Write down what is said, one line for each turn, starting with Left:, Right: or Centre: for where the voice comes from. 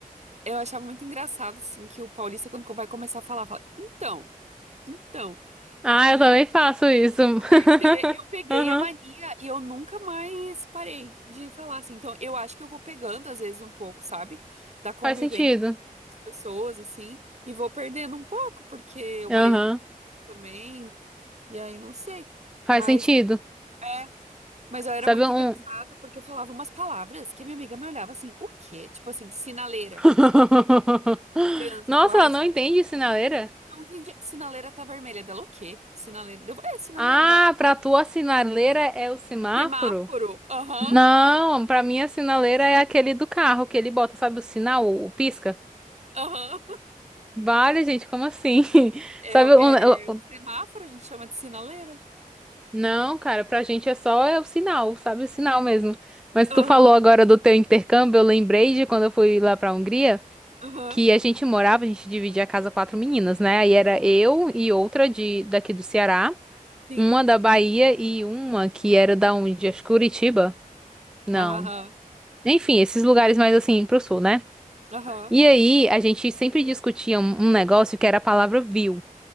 Right: eu achava muito engraçado, assim, que o paulista, quando vai começar a falar, fala, então, então.
Centre: Ah,
Right: E
Centre: eu também faço isso. <laughs>
Right: também <laughs> eu peguei
Centre: Aham.
Right: a mania e eu nunca mais parei de falar, assim. Então, eu acho que eu vou pegando, às vezes, um pouco, sabe? Da convivência
Centre: Faz sentido.
Right: com as pessoas, assim, e vou perdendo um pouco, porque eu
Centre: Aham.
Right: morei no Rio também, e aí não sei.
Centre: Faz
Right: Mas.
Centre: sentido.
Right: é Mas eu era
Centre: Sabe
Right: muito
Centre: um.
Right: engraçada porque eu falava umas palavras que a minha amiga me olhava assim, o quê? Tipo assim, sinaleira,
Centre: <laughs>
Right: no trânsito,
Centre: Nossa,
Right: ai,
Centre: ela não entende sinaleira?
Right: não entendi. Sinaleira tá vermelha dela, o quê? Sinaleira, eu, é, sinaleira
Centre: Ah,
Right: dela.
Centre: pra tua sinaleira é o semáforo?
Right: Semáforo, aham,
Centre: Não, pra mim a sinaleira é aquele do carro que ele bota, sabe o sinal, o pisca?
Right: aham.
Centre: Vale, gente, como assim? <laughs>
Right: É,
Centre: Sabe
Right: o- é,
Centre: um- o-
Right: o
Centre: o-
Right: semáforo a gente chama de sinaleira.
Centre: Não, cara, pra gente é só é o sinal, sabe o sinal mesmo. Mas
Right: Aham,
Centre: tu falou agora do teu intercâmbio, eu lembrei de quando eu fui lá pra Hungria.
Right: aham,
Centre: que a gente morava, a gente dividia a casa quatro meninas, né? Aí era eu e outra de daqui do Ceará,
Right: sim,
Centre: uma da Bahia e uma que era da onde? Acho que Curitiba? Não.
Right: aham,
Centre: Enfim, esses lugares mais assim pro sul, né?
Right: aham.
Centre: E aí a gente sempre discutia um um negócio que era a palavra viu.